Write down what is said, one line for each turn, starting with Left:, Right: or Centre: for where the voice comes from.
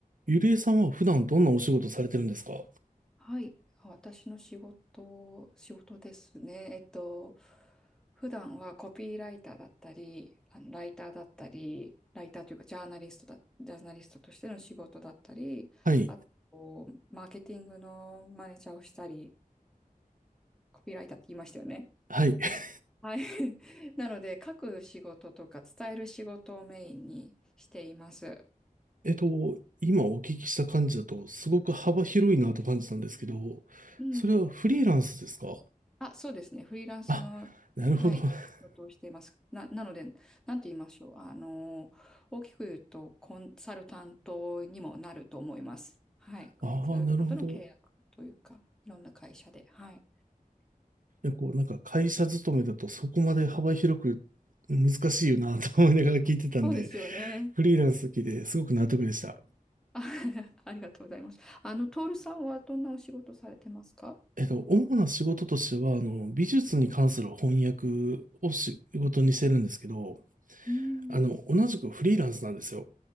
Right: ゆりえさんは普段どんなお仕事されてるんですか
Centre: はい、私の仕事、仕事ですね。えっと、普段はコピーライターだったり、あのライターだったり、ライターというかジャーナリストだ、ジャーナリストとしての仕事だったり、
Right: はい。
Centre: あと、マーケティングのマネージャーをしたり、コピーライターって言いましたよね。
Right: はい。<laughs>
Centre: はい。<laughs> なので、書く仕事とか伝える仕事をメインにしています。
Right: えっと、今お聞きした感じだと、すごく幅広いなと感じたんですけど、
Centre: うん。
Right: それはフリーランスですか
Centre: あ、そうですね。フリーランスの、
Right: あ、なるほど。
Centre: はい、
Right: <laughs>
Centre: 仕事をしています。な、なので、なんて言いましょう。あの、大きく言うと、コンサルタントにもなると思います。はい。コンサルタントの契約というか、
Right: ああ、なるほど。
Centre: いろんな会社で。はい。
Right: いや、こう、なんか会社勤めだとそこまで幅広く難しいよなと思いながら聞いてたんで、
Centre: そうですよね。
Right: フリーランス好きですごく納得でした。
Centre: あ、<laughs> ありがとうございます。あの、トールさんはどんなお仕事されてますか
Right: えっと、主な仕事としては、あの、美術に関する翻訳を仕事にしてるんですけど、
Centre: うん。
Right: あの、同じくフリーランスなんですよ。